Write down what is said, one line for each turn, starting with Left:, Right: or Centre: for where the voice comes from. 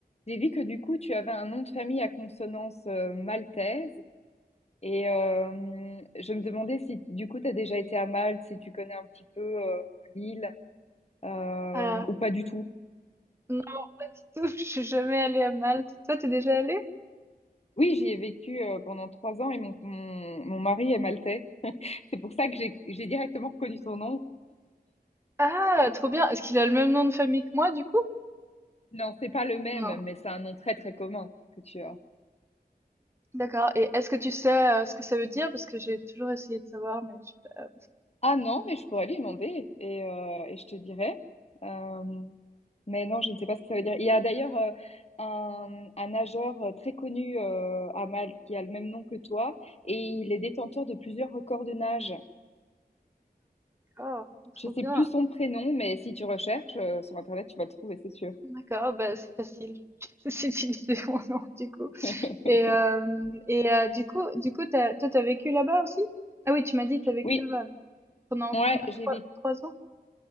Left: J'ai vu que du coup, tu avais un nom de famille à consonance euh, maltaise et euh, je me demandais si du coup, tu as déjà été à Malte, si tu connais un petit peu euh, l'île euh,
Right: Ah,
Left: ou pas du tout.
Right: non, pas du tout. <laughs> Je suis jamais allée à Malte. Toi, t'es déjà allée?
Left: Oui, j'y ai vécu euh, pendant trois ans et mon, mon, mon mari est maltais. C'est pour ça que j'ai j'ai directement reconnu son nom.
Right: Ah, trop bien. Est-ce qu'il a le même nom de famille que moi, du coup?
Left: Non, c'est pas le même,
Right: Non.
Left: mais c'est un nom très très commun que tu as.
Right: D'accord. Et est-ce que tu sais euh, ce que ça veut dire? Parce que j'ai toujours essayé de savoir, mais je... ah,
Left: Ah non, mais je pourrais lui demander et, euh, et je te dirai. Euh, mais non, je ne sais pas ce que ça veut dire. Il y a d'ailleurs euh, un, un nageur euh, très connu euh, à Malte qui a le même nom que toi et il est détenteur de plusieurs records de nage.
Right: d'accord. Trop
Left: Je sais
Right: bien.
Left: plus son prénom, mais si tu recherches euh, sur Internet, tu vas le trouver, c'est sûr.
Right: D'accord. Bah, c'est facile. <laughs> J'ai juste utilisé mon nom, du coup.
Left: <laughs>
Right: Et, euh, et euh, du coup, du coup, t'as, toi, t'as vécu là-bas aussi? Ah oui, tu m'as dit que t'as vécu
Left: Oui,
Right: là-bas. Pendant
Left: ouais,
Right: combien?
Left: j'ai
Right: Trois,
Left: vécu,
Right: trois ans?